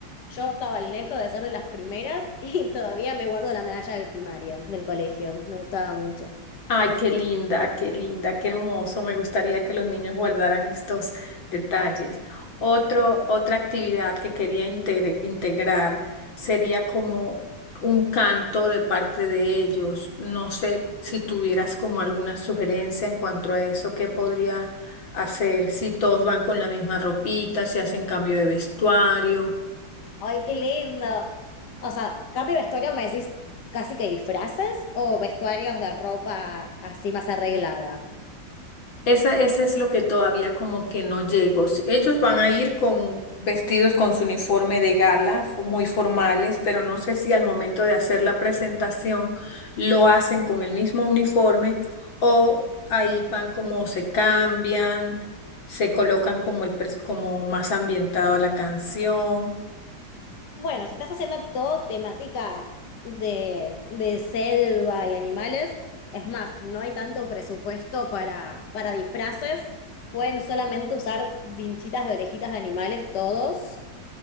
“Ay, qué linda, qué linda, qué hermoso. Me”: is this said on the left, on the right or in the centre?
Left